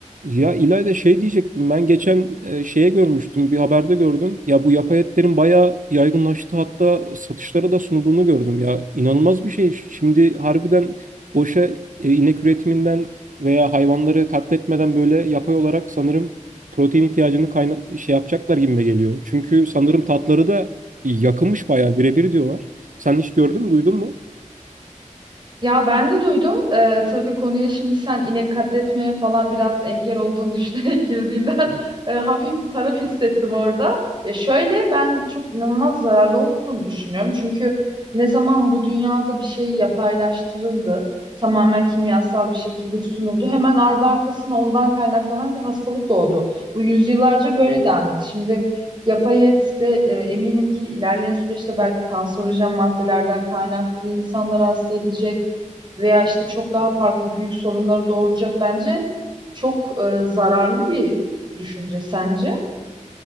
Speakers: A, on the right (about 80°); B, on the right (about 35°).
A: Ya İlayda şey diyecektim ben geçen e, şeye görmüştüm bir haberde gördüm. Ya bu yapay etlerin bayağı yaygınlaştı hatta satışlara da sunulduğunu gördüm. Ya inanılmaz bir şey. Şimdi harbiden boşa e, inek üretiminden veya hayvanları katletmeden böyle yapay olarak sanırım protein ihtiyacını kayna şey yapacaklar gibime geliyor. Çünkü sanırım tatları da yakınmış bayağı birebir diyorlar. Sen hiç gördün mü duydun mu?
B: Ya ben de duydum. Ee, tabii konuya şimdi sen inek katletmeye falan biraz engel olduğunu düşünerek <laughs> girdiğinden
A: <laughs>
B: e, hafif bir taraf hissettim orada. Ya şöyle ben çok inanılmaz zararlı olduğunu düşünüyorum. Çünkü ne zaman bu dünyada bir şey yapaylaştırıldı, tamamen kimyasal bir şekilde sunuldu, hemen ardı arkasına ondan kaynaklanan bir hastalık doğdu. Bu yüzyıllarca böyle devam etti. Şimdi yapay et de e, eminim ki ilerleyen süreçte belki kanserojen maddelerden kaynaklı insanlar hasta edecek veya işte çok daha farklı büyük sorunları doğuracak bence çok e, zararlı bir düşünce sence?